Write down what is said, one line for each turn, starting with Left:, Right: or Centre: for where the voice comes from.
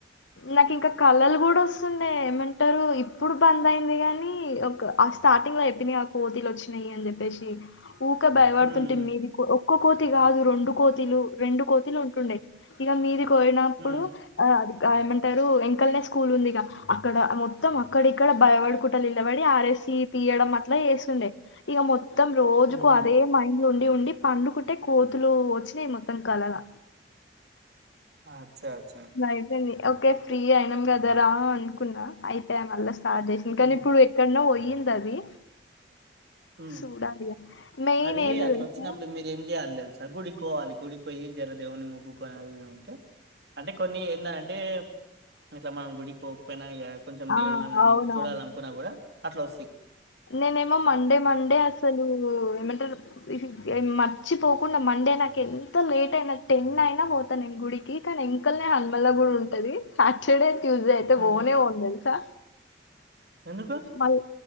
Left: నాకు ఇంకా కళలు కూడా వస్తుండే ఏమంటారు ఇప్పుడు బంద్ అయింది గానీ ఒక స్టార్టింగ్ లో చెప్పిన గా కోతి లు వచ్చినాయి అని చెప్పేసి ఊకే భయపడుతుంటేమి
Right: ఉమ్
Left: మీది ఒక్క కోతి కాదు రెండు కోతులు రెండు కోతులు ఉంటుండే ఇక మీది కోయినప్పుడు
Right: ఉమ్
Left: ఆ అది ఆ ఏమంటారు వెంకాల్నే స్కూల్ ఉందిగా అక్కడ మొత్తం అక్కడక్కడ భయపడుకుంటా నిలబడి ఆర్ఎస్ సీ తియ్యడం అట్లా చేస్తుండే ఇక మొత్త మొత్తం రోజుకు
Right: ఉహు
Left: అదే మైండ్ లో ఉండి ఉండి పండుకుంటే కోతులు వచ్చినాయి మొత్తం కలగా
Right: అచ్చా అచ్చా
Left: అయిపోంది ఓకే ఫ్రీ అయినాం కదా రా అనుకున్నా అయితాయి మళ్ళా స్టార్ట్ చేసింది ఇంకాను
Right: ఉమ్
Left: ఇప్పుడు ఎక్కడునో పోయింది అది
Right: మ్మ్
Left: చూడాలి ఇగ. మెయిన్
Right: అది
Left: ఏంది
Right: అట్లా
Left: తెలుసా?
Right: వచ్చినప్పుడు మీరేం చెయ్యాలి తెలుసా గుడికి పోవాలి గుడికి పోయి జరదేవుని మొక్కోకొని అది ఇది ఉంటే కొన్ని ఏంది అంటే ఇట్లా మనం గుడికి పోకపోయినా ఇగ కొంచెం
Left: ఆ!
Right: దేవుడు మనల్ని
Left: అవునవును.
Right: చూడాలనుకున్నా కూడా అట్లా వస్తాయ్
Left: నేనేమో మండే మండే అసలు ఏమంటారు మర్చిపోకుండా మండే నాకు ఎంత లేట్ అయినా టెన్ అయినా పోతా నేను గుడికి కానీ ఇంకల్నే హనుమన్ ల గుడి ఉంటాది సాటర్డే ట్యూస్డే అయితే
Right: హ్మ్.
Left: పోనే పోను తెలుసా
Right: ఎందుకు
Left: మళ్